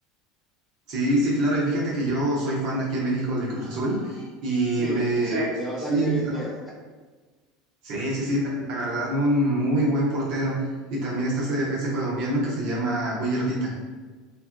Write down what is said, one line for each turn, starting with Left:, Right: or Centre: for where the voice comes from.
Right: Sí, sí, claro, y fíjate que yo soy fan aquí en México de Cruz Azul y
Centre: Sí,
Right: me... Sí.
Centre: le vas
Right: Sí,
Centre: a Kevin
Right: justa-
Centre: Mier.
Right: sí, sí, sí, la verdad, un muy buen portero. Y también está este defensa colombiano que se llama Willardita.